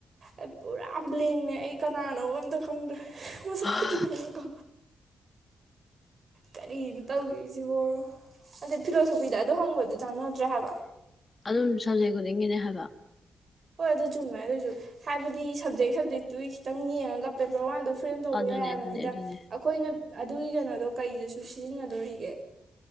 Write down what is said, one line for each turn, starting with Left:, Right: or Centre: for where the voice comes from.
Right: ꯑꯩ ꯄꯨꯔꯥ ꯕ꯭ꯂꯦꯡꯉꯦ ꯑꯩ ꯀꯅꯥꯅꯣ ꯑꯝꯇ ꯈꯪꯗ꯭ꯔꯦ ꯃ ꯁꯛ
Left: ꯑꯥ
Right: ꯀꯊꯤ ꯈꯥ ꯈ ꯀꯔꯤꯅ ꯇꯧꯈꯤꯔꯤꯁꯤꯕꯣ ꯑꯗꯨꯗꯩ ꯐꯤꯂꯣꯁꯣꯐꯤꯗ ꯑꯗꯨ ꯍꯪꯕꯗꯨ ꯆꯥꯟꯅꯗ꯭ꯔꯦ ꯍꯥꯏꯕ
Left: ꯑꯗꯨꯝ ꯁꯕꯖꯦꯛ ꯈꯨꯗꯤꯡꯒꯤꯅꯦ ꯍꯥꯏꯕ
Right: ꯍꯣꯏ ꯑꯗꯨ ꯆꯨꯝꯃꯦ ꯑꯗꯨꯁꯨ ꯍꯥꯏꯕꯗꯤ ꯁꯞꯖꯦꯛ ꯁꯞꯖꯦꯛꯇꯨꯒꯤ ꯈꯤꯇꯪ ꯌꯦꯡꯉꯒ ꯄꯦꯄꯔ ꯋꯥꯟꯗ ꯐ꯭ꯔꯦꯝ ꯇꯧꯕ
Left: ꯑꯗꯨꯅꯦ
Right: ꯌꯥꯏ ꯍꯥꯏꯕꯅꯤꯗ
Left: ꯑꯗꯨꯅꯦ ꯑꯗꯨꯅꯦ
Right: ꯑꯩꯈꯣꯏꯅ ꯑꯗꯨꯒꯤ ꯀꯩꯅꯣꯗꯣ ꯀꯩꯗꯁꯨ ꯁꯤꯖꯤꯟꯅꯗꯣꯔꯤꯒꯦ